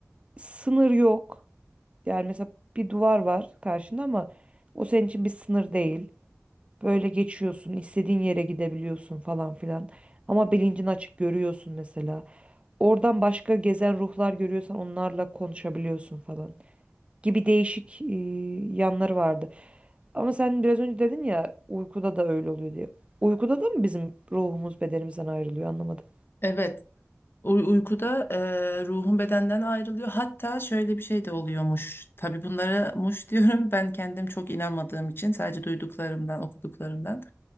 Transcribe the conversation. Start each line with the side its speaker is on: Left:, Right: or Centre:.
Right: sınır yok. Yani mesela bir duvar var karşında ama o senin için bir sınır değil. Böyle geçiyorsun, istediğin yere gidebiliyorsun falan filan. Ama bilincin açık görüyorsun mesela. Oradan başka gezen ruhlar görüyorsan onlarla konuşabiliyorsun falan. Gibi değişik e, yanları vardı. Ama sen biraz önce dedin ya uykuda da öyle oluyor diye. Uykuda da mı bizim ruhumuz bedenimizden ayrılıyor anlamadım.
Left: Evet, uy- uykuda e, ruhun bedenden ayrılıyor. Hatta şöyle bir şey de oluyormuş. Tabii bunlara muş <laughs> diyorum. Ben kendim çok inanmadığım için sadece duyduklarımdan, okuduklarımdan.